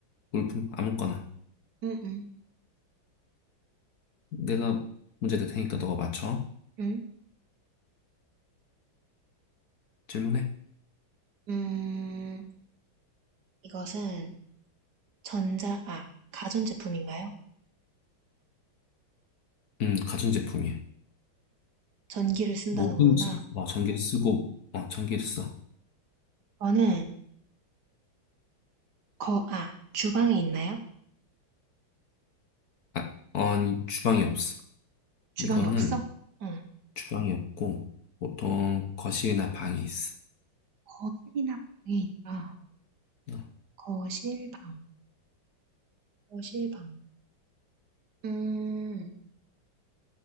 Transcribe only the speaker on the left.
물품, 아무거나.
내가 문제 낼 테니까 너가 맞춰.
질문해.
음, 가전제품이야.
뭐든지,
뭐, 전기를 쓰고, 어, 전기를 써.
아, 어, 아니, 주방이 없어.
이거는
주방이 없고, 보통 거실이나 방에 있어.
어.